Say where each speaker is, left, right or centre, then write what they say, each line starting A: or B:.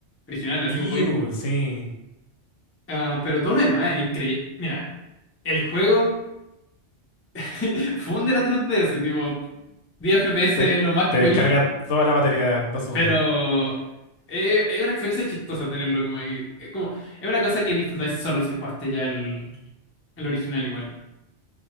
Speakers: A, on the left; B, on the left.
A: original, así
B: Iu,
A: como podéis...
B: sí.
A: ah, pero todo lo demás es increíble. Mira, el juego <laughs> funde la 3DS, tipo... 10 FPS
B: Te,
A: es lo más
B: te
A: que
B: descarga
A: podéis
B: toda la batería en dos segundos.
A: Pero es, es una experiencia chistosa tenerlo como ahí. Es, como, es una cosa que disfrutáis solo si jugaste ya el, el original igual.